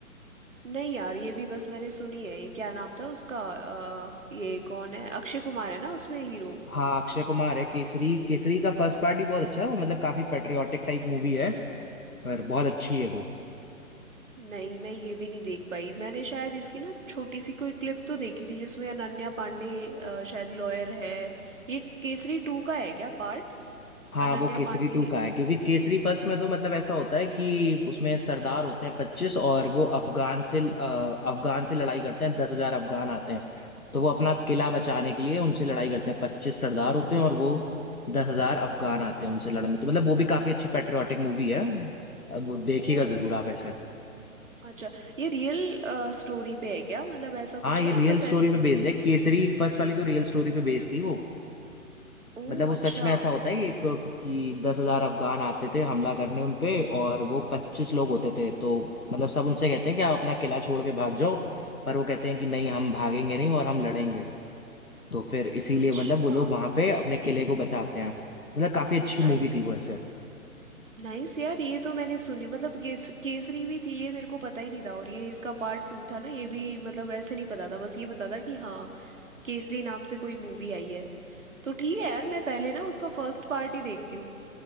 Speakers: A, on the right (about 60°); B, on the left (about 80°).
A: नहीं यार ये भी बस मैंने सुनी है ये क्या नाम था उसका अ, ये कौन है अक्षय कुमार है ना उसमें हीरो
B: हाँ अक्षय कुमार है केसरी केसरी का फर्स्ट पार्ट ही बहुत अच्छा है वो मतलब काफी पेट्रियाटिक टाइप मूवी है पर बहुत अच्छी है वो
A: नहीं मैं ये भी नहीं देख पाई मैंने शायद इसकी ना छोटी सी कोई क्लिप तो देखी थी जिसमें अनन्या पांडे अ, शायद लॉयर है ये केसरी टू का है क्या पार्ट
B: हाँ
A: अनन्या
B: वो केसरी
A: पांडे
B: टू का है क्योंकि केसरी फर्स्ट में तो मतलब ऐसा होता है कि उसमें सरदार होते हैं पच्चीस और वो अफगान से अ, अफगान से लड़ाई करते हैं दस हजार अफगान आते हैं तो वो अपना किला बचाने के लिए उनसे लड़ाई करते हैं पच्चीस सरदार होते हैं और वो दस हजार अफगान आते हैं उनसे लड़ने तो मतलब वो भी काफी अच्छी पेट्रियाटिक मूवी है अब वो देखिएगा
A: ओ
B: जरूर आप ऐसे
A: अच्छा ये रियल स्टोरी पे है क्या मतलब ऐसा
B: हाँ
A: कुछ
B: ये
A: है
B: रियल
A: या बस ऐसे
B: स्टोरी पे बेस्ड है केसरी फर्स्ट वाली तो रियल स्टोरी पे बेस्ड थी वो
A: ओ
B: मतलब वो
A: अच्छा
B: सच में ऐसा होता है कि एक कि दस हजार अफगान आते थे हमला करने उन पे और वो पच्चीस लोग होते थे तो मतलब सब उनसे कहते हैं कि आप अपना किला छोड़ के भाग जाओ पर वो कहते हैं कि नहीं हम भागेंगे नहीं और हम लड़ेंगे तो फिर इसीलिए
A: अच्छा
B: मतलब वो लोग वहां पे अपने किले को बचाते हैं मतलब काफी अच्छी
A: नाइस
B: मूवी थी वो ऐसे
A: नाइस यार ये तो मैंने सुनी मतलब केस, केसरी भी थी ये मेरे को पता ही नहीं था और ये इसका पार्ट टू था ना ये भी मतलब ऐसे नहीं पता था बस ये पता था कि हाँ केसरी नाम से कोई मूवी आई है तो ठीक है यार मैं पहले ना उसका फर्स्ट पार्ट ही देखती हूँ